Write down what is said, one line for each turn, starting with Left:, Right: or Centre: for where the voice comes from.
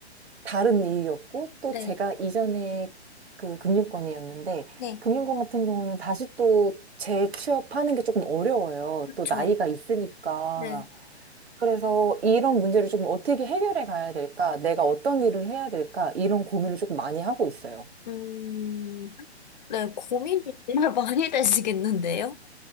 Right: 다른 일이었고, 또
Left: 네.
Right: 제가 이전에 그 금융권이었는데,
Left: 네.
Right: 금융권 같은 경우는 다시 또 재취업하는 게 조금 어려워요.
Left: 그렇죠.
Right: 또 나이가 있으니까.
Left: 네.
Right: 그래서 이런 문제를 조금 어떻게 해결해 가야 될까? 내가 어떤 일을 해야 될까? 이런 고민을 조금 많이 하고 있어요.
Left: 음, 네, 고민이 정말 <laughs> 많이 되시겠는데요?